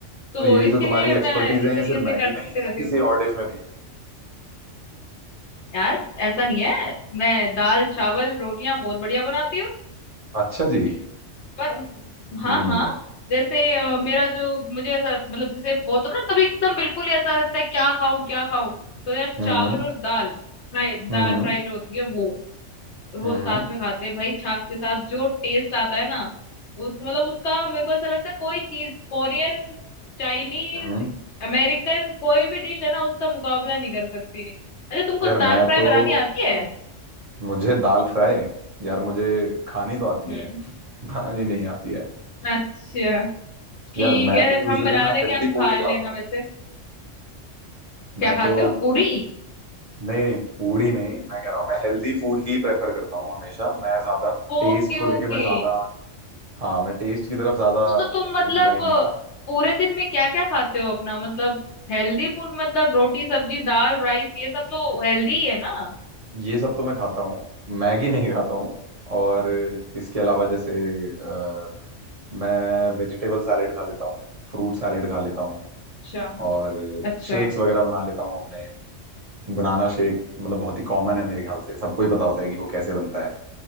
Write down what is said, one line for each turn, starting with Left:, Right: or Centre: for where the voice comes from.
Left: तो
Right: तो ये
Left: इसके
Right: जो तुम्हारी
Left: लिए
Right: एक्सपर्टीज
Left: मैं इस
Right: है ये
Left: तरीके
Right: सिर्फ
Left: से
Right: मैगी
Left: करते
Right: में ही है
Left: रहती
Right: या किसी
Left: हूँ
Right: और डिश में भी है
Left: यार ऐसा नहीं है मैं दाल चावल रोटियां बहुत बढ़िया बनाती हूँ
Right: अच्छा जी
Left: पर हाँ
Right: हम्म
Left: हाँ जैसे अ, मेरा जो मुझे ऐसा मतलब जैसे बहुत होता है ना कभी एकदम बिल्कुल ही ऐसा लगता है क्या खाऊं क्या खाऊं तो यार
Right: हम्म
Left: चावल और दाल फ्राई दाल
Right: हम्म हम्म
Left: फ्राई जो होती है वो रोज
Right: हम्म
Left: साथ में खाते हैं भाई छाछ के साथ जो टेस्ट आता है ना उसको मतलब उसका मेरे को ऐसा लगता है कोई चीज कोरियन चाइनीज
Right: हम्म।
Left: अमेरिकन कोई भी डिश है ना उसका मुकाबला नहीं कर सकती अच्छा तुमको
Right: यार
Left: दाल
Right: मैं
Left: फ्राई
Right: तो
Left: बनानी आती है
Right: मुझे दाल फ्राई यार मुझे खानी तो आती
Left: हम्म
Right: है बनानी नहीं आती है
Left: अच्छा ठीक
Right: यार मैं
Left: है
Right: तो यूजुअली
Left: हम बना
Right: ना
Left: देंगे
Right: हेल्दी
Left: आप
Right: फूड
Left: खा
Right: ही खाता
Left: लेना
Right: हूँ
Left: वैसे
Right: मैं
Left: क्या खाते
Right: तो
Left: हो पूरी
Right: नहीं नहीं पूरी नहीं मैं कह रहा हूँ मैं हेल्दी फूड ही प्रेफर करता हूँ हमेशा मैं ज्यादा
Left: Okay
Right: टेस्ट को लेके
Left: okay
Right: मैं ज्यादा हाँ मैं टेस्ट की तरफ ज्यादा
Left: तो, तो तुम मतलब
Right: इंक्लाइंड
Left: अ, पूरे दिन में क्या क्या खाते हो अपना मतलब हेल्दी फूड मतलब रोटी सब्जी दाल राइस ये सब तो हेल्दी ही है ना
Right: ये सब तो मैं खाता हूँ मैगी नहीं खाता हूँ और इसके अलावा जैसे अ, मैं वेजिटेबल सैलेड खा लेता हूँ फ्रूट सैलेड खा लेता हूँ
Left: अच्छा
Right: और
Left: अच्छा
Right: शेक्स वगैरह बना लेता हूँ अपने बनाना शेक मतलब बहुत ही कॉमन है मेरे ख्याल से सबको ही पता होता है कि वो कैसे बनता है